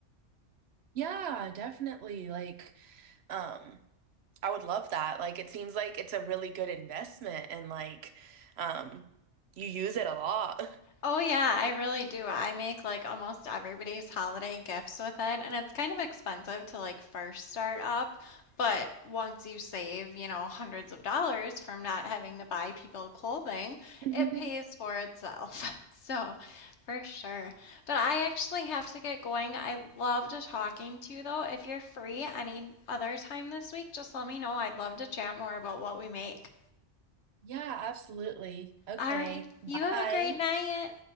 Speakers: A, on the right; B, on the left.
A: Yeah, definitely. Like, um, I would love that. Like it seems like it's a really good investment and like um you use it a lot.
B: Oh yeah, I really do. I make like almost everybody's holiday gifts with it, and it's kind of expensive to like first start up, but once you save, you know, hundreds of dollars from not having to buy people clothing,
A: <laughs>
B: it pays
A: <laughs>
B: for itself. <laughs> So, for sure. But I actually have to get going. I loved talking to you though. If you're free any other time this week, just let me know. I'd love to chat more about what we make.
A: Yeah, absolutely. Okay.
B: All right.
A: Bye.
B: You have a great night.